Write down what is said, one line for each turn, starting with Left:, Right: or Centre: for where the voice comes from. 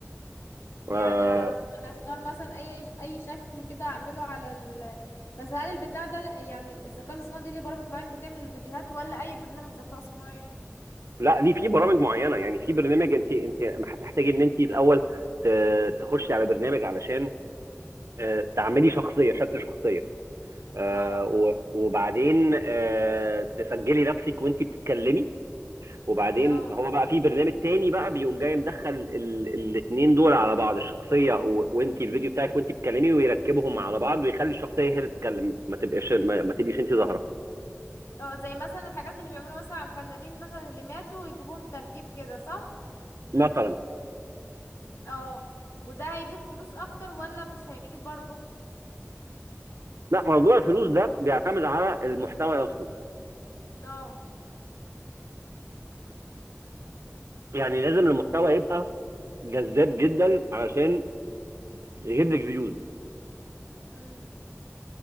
Left: يعني
Right: آه،
Left: اختار مثلا اي اي شكل كده اعمله على ال... بس هل البتاع ده يعني الذكاء الاصطناعي دي ليه برامج معينة بتعمل الفيديوهات ولا اي برنامج ذكاء صناعي
Right: لا ليه في برامج معينه يعني في برنامج انت انت هتحتاجي ان انت الاول ت- تخشي على برنامج علشان آه، تعملي شخصيه شكل شخصيه آه،
Left: اه
Right: و- وبعدين آه، تسجلي نفسك وانت بتتكلمي وبعدين
Left: اه
Right: هو بقى في برنامج تاني بقى بيقوم جاي مدخل ال- الاثنين دول على بعض الشخصيه و- وانت الفيديو بتاعك وانت بتتكلمي ويركبهم على بعض ويخلي الشخصيه هي اللي تتكلم ما تبقاش ما ما تبقيش انت ظاهره
Left: اه زي مثلا الحاجات اللي بيعملوا مثلا على الفنانين مثلا اللي ماتوا ويجيبوهم تركيب كده صح
Right: مثلا
Left: اه وده هيجيب فلوس اكتر ولا مش هيجيب برضو
Right: لا موضوع الفلوس ده بيعتمد على المحتوى نفسه
Left: اه
Right: يعني لازم المحتوى يبقى جذاب جدا علشان يجيب لك فيوز
Left: امم